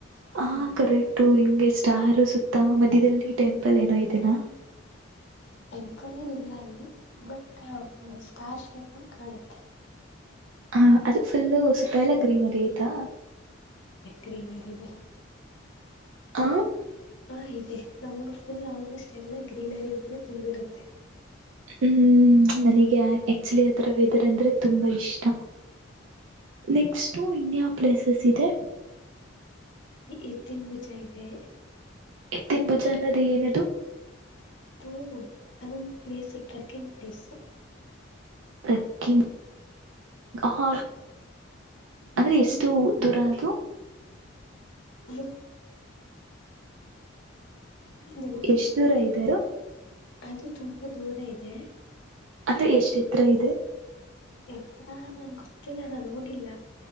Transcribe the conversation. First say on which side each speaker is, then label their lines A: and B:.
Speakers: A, on the right (about 65°); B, on the left (about 60°).
A: ಹ ಕರೆಕ್ಟು ಹಿಂಗೆ ಸ್ಟಾರ ಸುತ್ತ ಮಧ್ಯದಲ್ಲಿ ಟೆಂಪಲ್ ಏನೋ ಇದೆನಾ
B: ಟೆಂಪಲ್ ಏನ್ ಇಲ್ಲ ಅಲ್ಲಿ ಬಟ್ ಸ್ಟಾರ್ ಶೇಪಲ ಕಾಣತ್ತೆ
A: ಹ ಅದು ಫುಲ್ಲು ಸುತ್ತ ಎಲ್ಲ ಗ್ರೀನರಿ ಐತಾ
B: ಗ್ರೀನರಿನೆ
A: ಆ
B: ಹಾ ಇದೆ ನಮ್ಮೂರ ಫುಲ್ ಆಲ್ಮೋಸ್ಟ್ ಎಲ್ಲಾ ಗ್ರೀನರಿ ಇಂದಾನೇ ತುಂಬಿರುತ್ತೆ
A: ಹ್ಮ್ ನನಿಗೆ ಆಕ್ಚುಲಿ ಆಥರ ವೆದರ್ ಅಂದ್ರೆ ತುಂಬಾ ಇಷ್ಟ ನೆಕ್ಸ್ಟು ಇನ್ನ ಯಾವ ಪ್ಲೇಸಸ್ ಇದೆ
B: ಎತ್ತಿನ್ ಬುಜಾ ಇದೆ
A: ಎತ್ತಿನ್ ಭುಜಾನ್ನದು ಏನದು
B: ಅದು ಅದೊಂದು ಪ್ಲೇಸ್ ಟ್ರೆಕ್ಕಿಂಗ್ ಪ್ಲೇಸು
A: ಕ್ಕಿಗ್ ಹ ಅಂದ್ರೆ
B: ಹ್ಮ್
A: ಎಷ್ಟು ದೂರ ಅದು
B: ಅದು ತುಂಬಾ
A: ಎಷ್ಟ
B: ಇದೆ
A: ದೂರ ಇದ್ದೇ ಅದು
B: ಅದು ತುಂಬಾ ದೂರ ಇದೆ
A: ಅದೇ ಎಷ್ಟ್ ಎತ್ತರ ಇದೆ
B: ಹೆತ್ರ ನನ್ಗ ಗೊತ್ತಿಲ್ಲ ನಾನ ಹೋಗಿಲ್ಲ